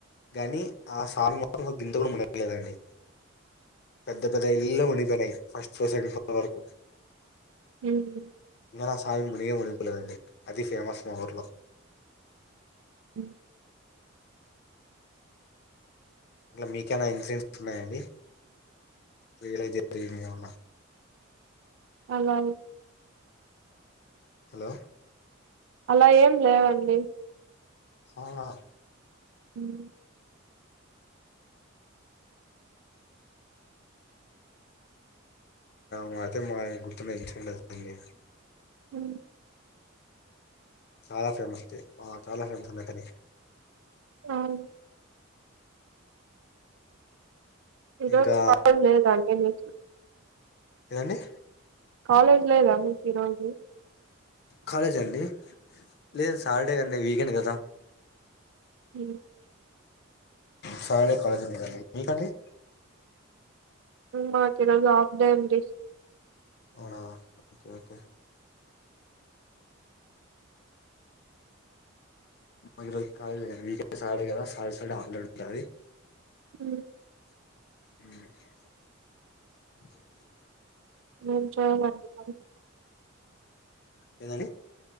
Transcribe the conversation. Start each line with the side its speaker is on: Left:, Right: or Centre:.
Left: గాని ఆ స్వామి మాత్రం గింత కూడ మునగలేదండి పెద్ద పెద్ద ఇంళ్ళు లే మునిగిపోయినాయ్ ఫస్ట్ ఫ్లో సెకండ్ ఫ్లోర్ వరకు
Right: హుమ్
Left: గాని ఆ సామీ మునిగే మునిగి పోలేదండి అది ఫేమస్ మా ఊర్లో
Right: మ్
Left: ఇట్లా మీకైనా ఇన్సూరెన్స్ ఉన్నాయండి మీ వీలేజ్ లో ఏమన్నా
Right: అలా
Left: హలో
Right: అలా ఏం లేవండి
Left: ఆ ఆ
Right: హుమ్
Left: మా అయితే మాక్ గుర్తున్న ఇన్సిడెంట్ అదండి
Right: ఉ
Left: చాలా ఫేమస్ డే అ ఆ చాలా ఫేమస్ అన్నక్కనే
Right: ఆవుం ఇరు
Left: ఇంకా
Right: <unintelligible> లేదా అండి మీకు
Left: ఏన్దన్ది
Right: కాాలేజ్ లోదా మీకి ఈరోజు
Left: కాలేజ్ అండి లేద్ సాటర్డే కన్ది వీకెండ్ కదా
Right: హ
Left: సాటర్డే కాలేజ్ ఉండదండి మీకండి
Right: మాకి రోజు ఆఫ్డే అండి
Left: అవునా ఓకే ఓకే మాకు ఈరోజు కాలేజీ లేదండి వీకెండ్ సాటర్డే గదా సాటర్డే సాటర్డే హాలిడే ఉంటది
Right: ఉ
Left: అ
Right: ఏం చేయాలండి మరి
Left: ఏందండి